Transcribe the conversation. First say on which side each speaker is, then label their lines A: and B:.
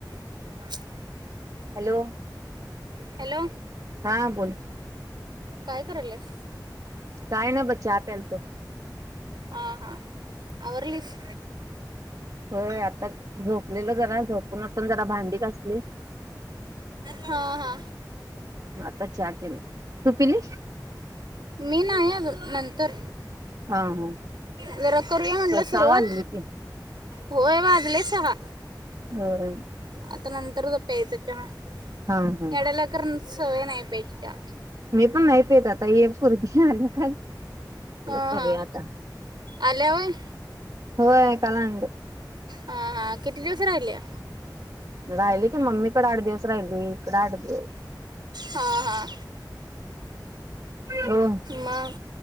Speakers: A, on the right (about 75°); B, on the right (about 55°).
A: <unintelligible>
B: Hello
A: hello.
B: हा बोलकी
A: काय कराल्यास?
B: काय ना ब चहा प्यालतो
A: हा हा. आवरलीस?
B: होय आता झोपलेलो जरा झोपून ओटुन जरा भांडी घासली.
A: हा हा.
B: म आता चा केला. तू पिली
A: मी नाही अजुन नंतर
B: हा हा.
A: जरा करूया म्हटलं
B: सहा
A: सुरुवात,
B: वाजले की
A: होय वाजले सहा.
B: होय
A: आता नंतर प्यायचा चहा
B: हा हा
A: एवढ्या लवकर सवय नाही प्यायची चहा.
B: मी पण नाही पेत आता, एक पुरगी आल्या काल म्हणलं
A: हां
B: करूया
A: हां
B: आता.
A: आल्या व्हय?
B: होय काल आणलं.
A: ह हा कितीे दिवसा राहिल्या?
B: राहिली की मम्मीकडे आठ दिवस राहिली इकडं आठ दिवस.
A: हां हां
B: हो
A: मग